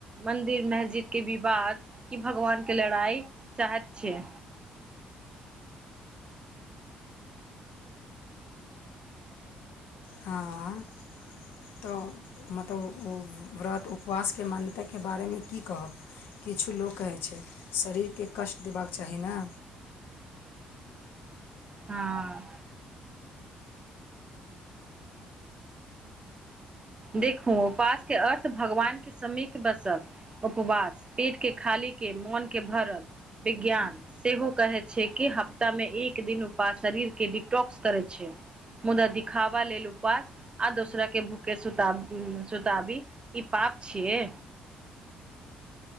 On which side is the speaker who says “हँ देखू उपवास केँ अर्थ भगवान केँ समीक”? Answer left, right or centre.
Right